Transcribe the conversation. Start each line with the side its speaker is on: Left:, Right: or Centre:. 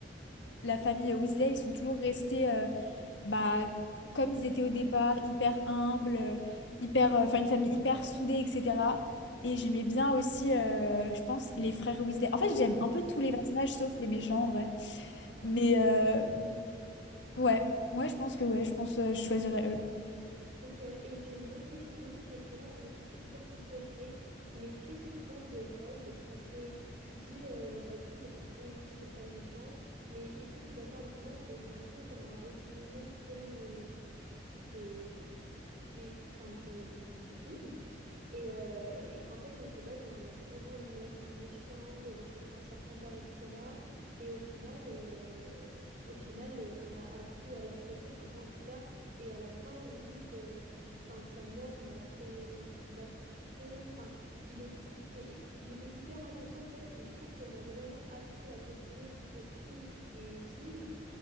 Left: la famille Weasley, ils sont toujours restés bah, comme ils étaient au départ, hyper humbles, euh, hyper, euh, enfin une famille hyper soudée, etc. Et j'aimais bien aussi, euh, je pense, les frères Weasley. En fait, j'aime un peu tous les personnages sauf les méchants, en vrai. Mais euh, ouais, ouais, je pense que ouais, je pense euh, je choisirais eux.
Right: Ok, et j'ai une autre question, parce que là, pour le coup, c'est hyper controversé, mais qu'est-ce que tu penses de Rogue? Parce que tu dis, euh, bah du coup, j'aime tous les gentils, j'aime pas les méchants, mais est-ce que tu es d'accord avec moi qu'il y a eu un peu comme un retournement tout au long des, des, des, enfin, des, des films? Et, euh, et qu'en fait, de base, ben, on avait vraiment l'image du méchant, le représentant de Serpentard, etc. Et au final, euh, au final, euh, on a appris à l'apprécier, enfin moi en tout cas. Et à la fin, limite, euh, enfin sa mort m'a fait de la peine. Enfin, il est- c'était, il était hyper attachant en fait. Et je trouve qu'on a vraiment appris à le découvrir au fil des films.